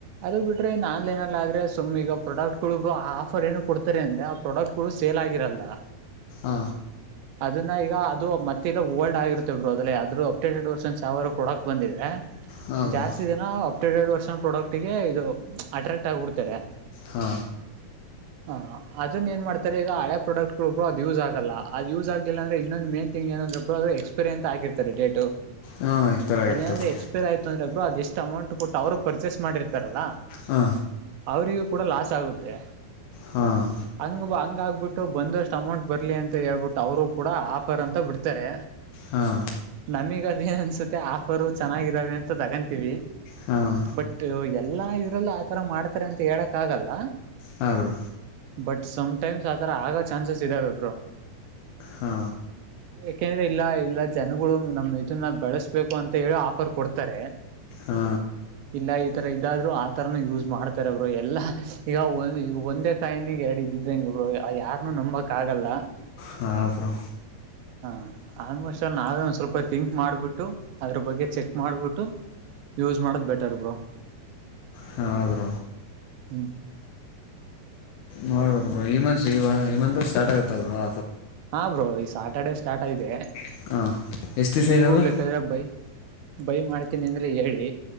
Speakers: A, on the right; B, on the left.
A: ಅದು ಬಿಟ್ರೆ ಇನ್ನ ಆನ್ಲೈನ್ ಅಲ್ಲಿ ಆದ್ರ ಸುಮ್ ಈಗ ಪ್ರಾಡಕ್ಟ್ಗಳಗು ಆಫರ್ ಏನು ಕೊಡ್ತಾರೆ ಅಂದ್ರೆ ಆ ಪ್ರಾಡಕ್ಟ್ ಗಳು ಸೇಲ್ ಆಗಿರಲ್ ತಾ
B: ಹ
A: ಅದನ್ನ ಈಗ ಅದು ಮತ್ತೆಲ್ಲ ಓಲ್ಡ್ ಆಗರುತ್ತೆ ಬ್ರೋ ಅದರು ಅಪ್ಡೇಟೆಡ್ ವರ್ಷನ್ಸ್ ಯಾವಾರೂ ಪ್ರಾಡಕ್ಟ್ ಬಂದಿದ್ರೆ
B: ಹಾಂ ಬ್ರೋ
A: ಜಾಸ್ತಿ ದಿನ ಅಪ್ಡೇಟೆಡ್ ವರ್ಷನ್ ಪ್ರಾಡಕ್ಟ್ ಗೆ ಇದು ಅಟ್ರಾಕ್ಟ್ ಆಗ್ಬಿಡ್ತಾರೆ.
B: ಹಾ
A: ಹಾ ಅದನ್ನ ಏನ್ ಮಾಡ್ತಾರೆ ಈಗ ಹಳೆ ಪ್ರಾಡಕ್ಟ್ ಬ್ರು ಅದು ಯೂಸ್ ಆಗಲ್ಲ ಅದು ಯೂಸ್ ಆಗಲಿಲ್ಲ ಅಂದ್ರ ಇನೊಂದ ಮೇನ್ ತಿಂಗ ಏನದ್ರ ಬ್ರ ಎಕ್ಸ್ಪರಿ ಅಂತ ಹಾಕಿರ್ತಾರೆ ಡೇಟ್.
B: ಹಾಂ ಎಕ್ಸ್ಪೈರ್ ಆಗಿರುತ್ತೆ
A: ಅದೇನಾದ್ರೆ
B: ಬ್ರೋ
A: ಎಕ್ಸ್ಪೈರ್ ಆಯ್ತು ಅಂದ್ರೆ ಒಬ್ರು ಅದ ಎಷ್ಟ್ ಅಮೌಂಟ್ ಕೊಟ್ಟು ಅವರು ಪರ್ಚೇಸ್ ಮಾಡಿರ್ತಾರಲ್ಲಾ.
B: ಹಾ
A: ಅವರಿಗೂ ಕೂಡ ಲಾಸ್ ಆಗುತ್ತೆ
B: ಹಾಂ
A: ಹಂಗ ಬಾ ಹಂಗ ಆಗ್ಬಿಟ್ಟು ಬಂದಷ್ಟ ಅಮೌಂಟ್ ಬರ್ಲಿ ಅಂತ ಹೇಳ್ಬಿಟ್ಟು ಅವರು ಕೂಡ ಆಫರ್ ಅಂತ ಬಿಡ್ತಾರೆ
B: ಹಾಂ
A: ನಮಗ ಏನ್ ಅನ್ಸುತ್ತೆ ಆಫರ್ ಚೆನ್ನಾಗಿದ್ದಾವೆ ಅಂತ ತಗೊಂತೀವಿ
B: ಹಾಂ
A: ಬಟ್ ಎಲ್ಲಾ ಇದ್ರಲ್ಲ ಆತರ ಮಾಡ್ತಾರೆ ಅಂತ ಹೇಳಕ ಆಗಲ್ಲ.
B: ಹಾ ಬ್ರೋ.
A: ಬಟ್ ಸಮಟೈಮ್ಸ್ ಆತರ ಆಗ ಚಾನ್ಸಸ್ ಇದಾವೆ ಬ್ರೋ.
B: ಹಾ
A: ಯಾಕೆಂದ್ರೆ ಇಲ್ಲ ಇಲ್ಲ ಜನಗಳು ನಮ್ ಇದನ್ನ ಬೆಳಸ್ಬೇಕು ಅಂತ ಹೇಳಿ ಆಫರ್ ಕೊಡ್ತಾರೆ
B: ಹಾ
A: ಇಲ್ಲ ಈ ತರ ಇದಾದ್ರು ಆತರನ ಯೂಸ್ ಮಾಡ್ತಾರೆ ಅವರು ಎಲ್ಲ ಈಗ ಈ ಒಂದೇ ಕಾಯನಿಗೆ ಎರಡ ಇದಿದ್ದ ಹಂಗಿಬ್ರು ಯಾರನುೂ ನಂಬಕ್ಕ್ಕಗಲ್ಲ
B: ಹಾಂ ಬ್ರೋ
A: ಹ ಆಲ್ಮೋಸ್ಟ್ ನಾವೇ ಒಂದ್ ಸ್ವಲ್ಪ ತಿಿಂಕ್ ಮಾಡ್ಬಿಟ್ಟು ಅದ್ರ ಬಗ್ಗೆ ಚೆಕ್ ಮಾಡ್ಬಿಟ್ಟು ಯೂಸ್ ಮಾಡೋದ ಬೆಟರ್ ಬ್ರೋ
B: ಹ ಆಗರ
A: ಹೂ
B: ನೋಡ್ಬೇಕ ಬ್ರೋ ಈ ಮಂತ್ ಈ ಈ ಮಂತ್ ಸ್ಟಾರ್ಟ್ ಆಗತ್ತವ್ರಾ
A: ಹಾ ಬ್ರೋ ಈ ಸಾಟಿಯಾರ್ಡೇ ಸ್ಟಾರ್ಟ್ ಆಗಿದೆ
B: ಹಾಂ ಎಷ್ಟು ದಿವಸ
A: ನೀವು
B: ಇದೆ ಬ್ರೋ
A: ಬೇಕಾದ್ರೆ ಬೈ ಬೈ ಮಾಡ್ತೀನಿ ಅಂದ್ರೆ ಹೇಳಿ